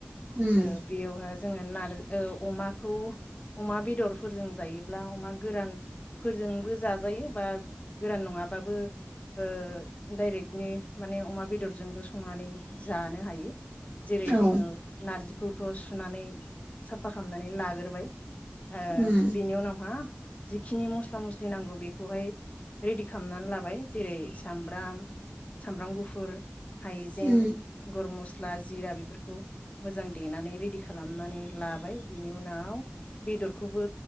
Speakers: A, on the right (about 75°); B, on the left (about 35°).
A: उम
B: ओ बेयावहा जोंङो नार ओ अमाखौ अमा बेदर फोरजों जायोब्ला अमा गोरान फोरजोंबो जाजायो बा गोरान नङाबाबो ओ डाइरेक्टनि माने अमा बेदरजोंबो संनानै जानो हायो। जेरै
A: औ
B: जोङो नारजिखौ थ' सुनानै साफा खालामनानै लाग्रोबाय। ओ
A: उम
B: बिनि उनावहा जिखिनि मस्ला मस्लि नांगौ बेखौहाय रेडि खालामनानै लाबाय। जेरै सामब्राम सामब्राम गुफुर हाइजें,
A: उम
B: गुरमुस। बा जिरा बेफोरखौ मोजां देनानै रेडि खालामनानै लाबाय, बिनि उनाव बेदरखौबो